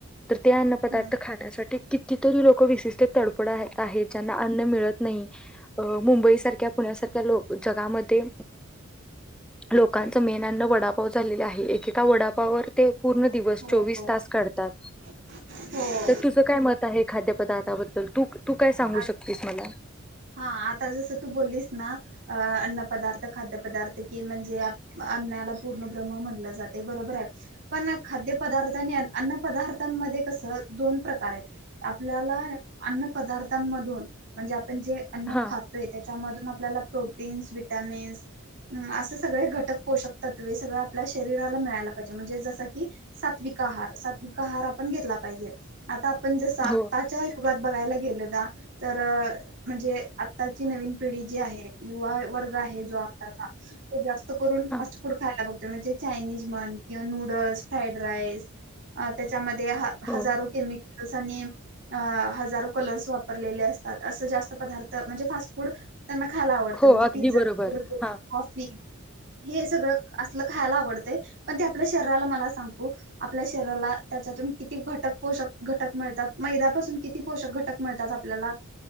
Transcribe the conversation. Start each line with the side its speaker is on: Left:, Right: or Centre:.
Centre: तर ते अन्न पदार्थ
Right: हम्म
Centre: खाण्यासाठी कि तिथे त लोक विशिष्ट तडफडा आहेत ज्यांना अन्न मिळत नाही. अ मुंबई सारख्या पुण्यासारख्या लो जगामध्ये लोकांचं मेन अन्न वडापाव झालेले आहे एकेका वडापाववर ते पूर्ण दिवस
Right: हो
Centre: चोवीस
Right: हो
Centre: तास काढतात.
Right: हो.
Centre: तर तुझं काय मत आहे खाद्यपदार्थाबद्दल तु तु काय सांगू
Right: आ
Centre: शकतेस मला
Right: हा आता जसं तू बोललीस ना अन्न पदार्थ खाद्यपदार्थ कि म्हणजे अनण्याला पूर्ण ब्रह्म म्हणलं जाते बरोबर आहे. पण खाद्य पदार्थ आणि अन्न पदार्थांमध्ये कसं दोन प्रकार आहेत. आपल्याला अन्न पदार्थांमधून म्हणजे आपण जे अन्न
Centre: हा,
Right: खात त्याच्यामधून आपल्याला प्रोटीन्स विटॅमिन्स असे सगळे घटक पोषक तत्वे सगळं आपल्या शरीराला मिळायला पाहिजे म्हणजे जसं की सात्विक आहार सात्विक आहार आपण घेतला पाहिजे. आता आपण जसं आत्ताच्या
Centre: हो,
Right: युगात बघायला गेलो ना तर म्हणजे आताची नवीन पिढी जी आहे युवा वर्ग आहे जो आताचाो जास्त करून
Centre: हा,
Right: फास्टफुड खा म्हणजे चायनीज म्हण किंवा नूडल्स फ्राईड राईस त्याच्यामध्ये
Centre: हो,
Right: हजारो केमिकल्स आणि अ हजारो कलर्स वापर त प म्हणेू त्यांना खायला आवडतं
Centre: हो,
Right: म्हणजे
Centre: अगदी
Right: पिझ्झा
Centre: बरोबर.
Right: बर्गर
Centre: हां.
Right: हॉफी हे सगळं असलं खायला आवडतं पण ते आपल्या शरीराला मला सांगतो आपल्या शरीराला त्याच्यातून किती घटक पोषक घटक मिळतात मैद्यापासून किती पोषक घटक मिळतात ला